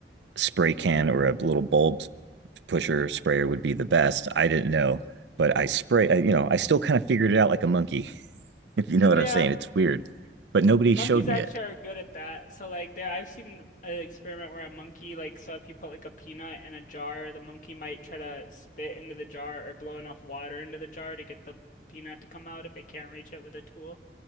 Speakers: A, on the right; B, on the left.
A: spray can or a little bulb pusher sprayer would be the best. I didn't know, but I spray, I- you know, I still kind of figured it out like a monkey, <laughs> if you
B: Mm,
A: know what
B: Yeah.
A: I'm saying. It's weird, but nobody
B: Monkeys
A: showed me
B: actually
A: it.
B: are good at that. So like there I've seen an experiment where a monkey like so if you put like a peanut in a jar, the monkey might try to spit into the jar or blow enough water into the jar to get the peanut to come out if it can't reach it with a tool.